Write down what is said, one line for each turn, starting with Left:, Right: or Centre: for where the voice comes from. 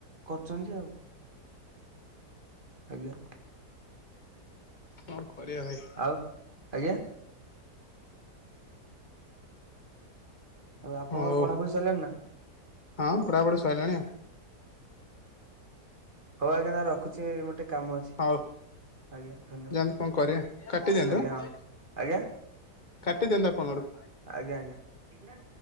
Right: କରୁଛନ୍ତି ଆଉ। ଆଜ୍ଞା
Left: ହଁ। କରିବା ଭାଇ
Right: ଆଉ ଆଜ୍ଞା ଆଉ ଆପଣଙ୍କର
Left: ହୋଉ
Right: ପଢାପଢି ସରିଲାଣି ନା
Left: ହଁ ପଢ଼ାପଢ଼ି ସଇଲାଣି।
Right: ହୋଉ ଆଜ୍ଞା ତାହାଲେ ରଖୁଚି ମୋର ଟିକେ କାମ ଅଛି।
Left: ହଉ
Right: ଆଜ୍ଞା ଧନ୍ୟବାଦ
Left: ଯାଆନ୍ତୁ କଣ କରିବା କାଟି ଦିଅନ୍ତୁ
Right: ଆଜ୍ଞା
Left: ଆ।
Right: ହଁ ଆଜ୍ଞା
Left: କାଟିଦିନ୍ତୁ ଆପଣଙ୍କଡୁ।
Right: ଆଜ୍ଞା ଆଜ୍ଞା।